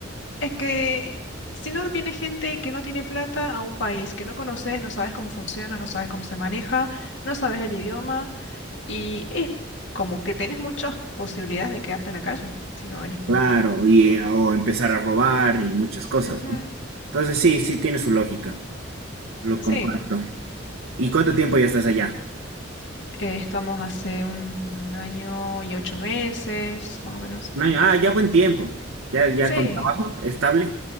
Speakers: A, on the left; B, on the right.
A: es que si no viene gente que no tiene plata a un país que no conoces, no sabes cómo funciona, no sabes cómo se maneja, no sabes el idioma. Y es como que tenés muchas posibilidades de quedarte en la calle si no venís con...
B: Claro, y eh, o empezar a robar y muchas cosas,
A: Ujú.
B: ¿no? Entonces sí, sí tiene su lógica. Lo
A: Sí,
B: comparto. ¿Y cuánto tiempo ya estás allá?
A: eh, estamos hace un año y ocho meses, más o menos.
B: Un año. Ah, ya buen tiempo. Ya, ya
A: Sí,
B: con trabajo estable.